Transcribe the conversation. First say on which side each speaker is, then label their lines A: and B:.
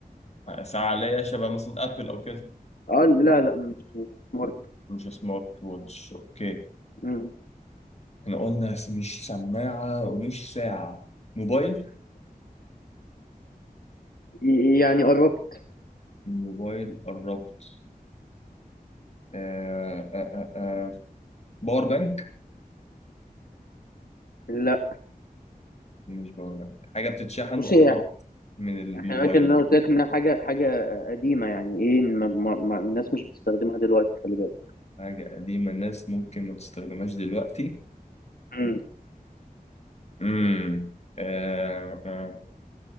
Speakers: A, on the left; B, on the left.
A: آه، ساعة ليا شبه مثلا أبل أو كده
B: اه لا لا مش مش سمارت
A: مش سمارت ووتش أوكي
B: مم.
A: إحنا قلنا مش سماعة ومش ساعة موبايل
B: ي- يعني قربت
A: الموبايل قربت آه آه آه آه. باور بانك
B: لا
A: مش باور بانك حاجة بتتشحن
B: بص
A: وقربت
B: هي
A: من الموبايل
B: خلي بالك ان انا قلت لك انها حاجه حاجه قديمه يعني ايه ما ما ما الناس مش بتستخدمها دلوقتي خلي بالك
A: حاجة قديمة الناس ممكن ما تستخدمهاش دلوقتي
B: مم.
A: امم آه آه